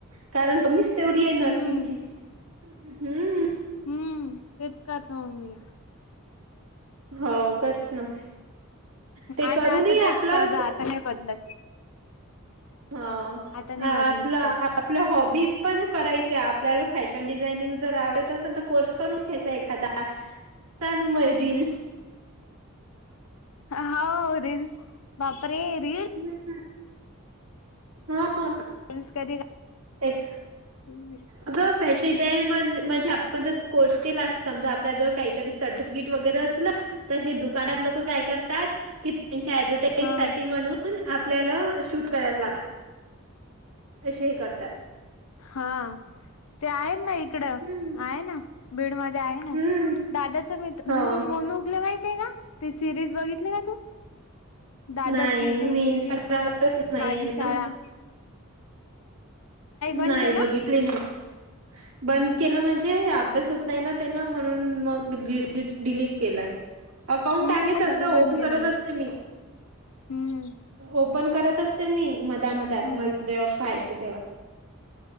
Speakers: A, on the right; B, on the left.
A: कारण ममीच तेवढी आहे नर्सिंगची
B: हम्म
A: हम्म
B: हम्म तेत तेच करतो आम्ही
A: हो करत ना ते
B: आता
A: करूनही
B: आता तेच
A: आपलंच
B: करत आता नाही बदलत
A: हा
B: आता नाही बदलत
A: आपला
B: काही
A: आपल्या हॉबी पण कराय आपल्याला फॅशन डिझायनिंग जर आवडत असेल तर कोर्स करून घ्यायचा एखादा चालू मय रील्स
B: होा रिन्स बापरे र
A: हम्म हा हा
B: निष्करी राह
A: एक
B: हम्
A: अगं फॅशन डिझानर म्हणजे आपण जर कोर्स केला अस समजा आपल्या जर काहीतरी सर्टिफिकेट वगैरे असलं तर हे दुकानात लोक काय करतात की त्यांची आयडेंटि
B: हा
A: साठी म्हणून आपल्याला शूट करायला लाग असे हे करतात
B: हा ते आहेत ना इकडं
A: हम्म.
B: आहे ना बीड मध्ये आहे ना
A: हम्म
B: दादाचा मित्र
A: हो
B: म्हण उगले माहिितय का ते सिरीज बघितली का तू दादाची
A: नाही मी
B: ते
A: इंस्टाग्रामवरच
B: सिरीज
A: नाहीये
B: माझी
A: ना.
B: शाळा बंद
A: नाही
B: केला
A: बघितली नाही बंद केलं म्हणजे अभ्यास होत नाही ना ना म्हणून मग डिलीट केलाय अकाउंट
B: मी
A: आहे
B: सगळं
A: तसं
B: बंद
A: ओपन
B: केलं
A: करत असते मी
B: हम्म
A: ओपन करत असते मी मधा मधात
B: हम्म
A: म जेव्हा फायचं तेव्हा